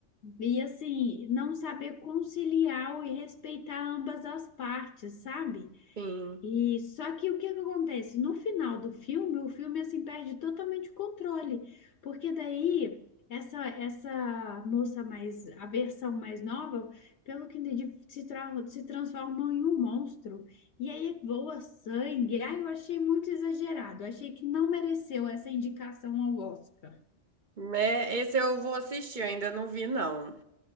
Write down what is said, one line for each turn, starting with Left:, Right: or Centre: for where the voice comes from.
Left: E assim, não saber conciliar e respeitar ambas as partes, sabe?
Right: Sim.
Left: E só que o que que acontece? No final do filme, o filme assim perde totalmente o controle, porque daí essa essa moça mais a versão mais nova, pelo que entendi, se, tra- se transforma em um monstro. E aí voa sangue. Ah, eu achei muito exagerado. Achei que não mereceu essa indicação ao Oscar.
Right: É, esse eu vou assistir, eu ainda não vi, não.